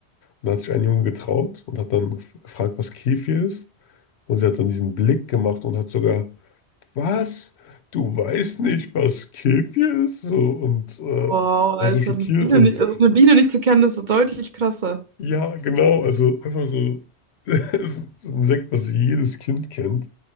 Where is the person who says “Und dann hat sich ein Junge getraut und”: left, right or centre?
Left